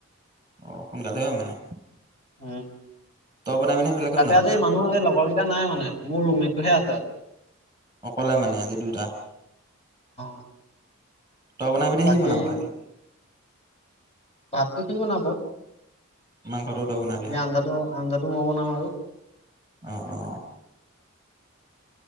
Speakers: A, on the right (about 20°); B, on the left (about 25°).
A: অঁ, সোনকালেই হয় মানে।
B: উম
A: তই বনাবি নে বেলেগে
B: তাতে
A: বনাব
B: আজি মানুহ এই লগৰ কেইটা নাই মানে, মোৰ ৰুমমেটটোহে আছে আজি।
A: অকলে মানে আজি দুইটা।
B: অ
A: তই বনাবি নে
B: বাকী
A: সি বনাব আজি?
B: ভাতটো সি বনাব।
A: মাংসটো তই বনাবি
B: বাকী
A: আৰু
B: আঞ্জাটো- আঞ্জাটো মই বনাম আৰু।
A: অ অ